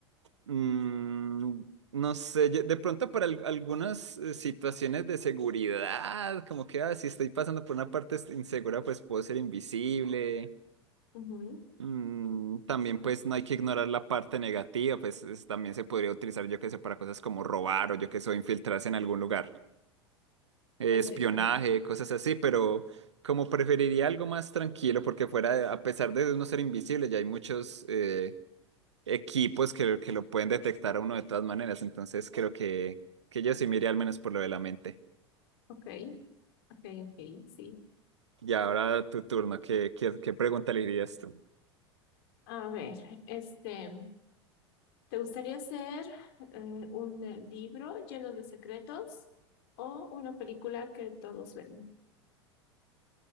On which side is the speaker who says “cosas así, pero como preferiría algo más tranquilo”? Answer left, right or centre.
Right